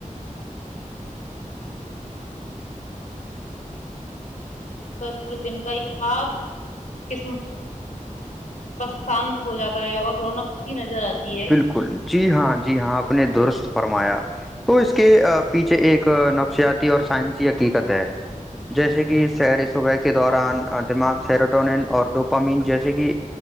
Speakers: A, on the left; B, in the centre.
A: پورے دن کا ایک خاص <unintelligible> <unintelligible> آتی ہے
B: بالکل جی ہاں جی ہاں آپ نے درست فرمایا تو اس کے پیچھے ایک نفسیاتی اور سائنسی حقیقت ہے جیسے کہ سر صوبہ کے دوران دماغ سیروٹونین اور ڈپامین جیسے کہ